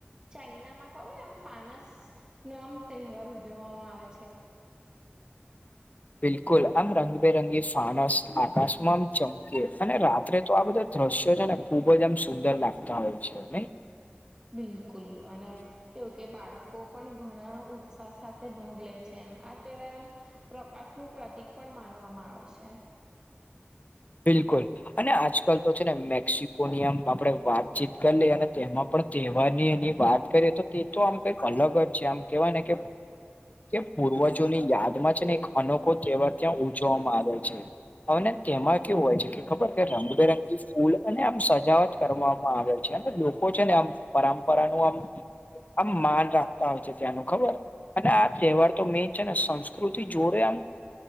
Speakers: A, on the right; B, on the left.
A: ચાઈનામાં ખબર આમ ફાનસનો આમ તહેવાર ઉજવવામાં આવે છે.
B: બિલકુલ, આમ રંગબેરંગી ફાણસ આકાશમાં આમ ચમકી અને રાત્રે તો આ બધા દ્રશ્યો છે ને, ખુબ જ આમ સુંદર લાગતા હોય છે ને.
A: બિલકુલ, અને કેવું કે બાળકો પણ ઘણા ઉત્સાહ સાથે છે, એમ આ તહેવાર એમ પ્રકાશનુંું પ્રતિક પણ માનવામાં આવે છે.
B: બિલકુલ, અને આજકાલ તો છે ને, મેક્સિકોનીયમ આપણે વાતચીત કરી લઈએ, અને તેમાં પણ તેહેવાની એની વાત કરીએ, તો તે તો આમ જ છે, આમ કેવાય ને કે. કે પૂર્વજોની યાદમાં છે ને, એક અનોખો તહેવાર ત્યાં ઉજવવામાં આવે છે. અન કેમ કેવું હોય છે કે, ખબર કે રંગબેરંગી ફૂલ અને આમ સજાવટ કરવામાં આવે છે, અને લોકો છે ને, આમ પરંપરા નું આમ આમ માન રાખતા હોય છે, ત્યાંનું ખબર અને આ તહેવાર તો મેન છે ને, સંસ્કૃતિ જોડે આમ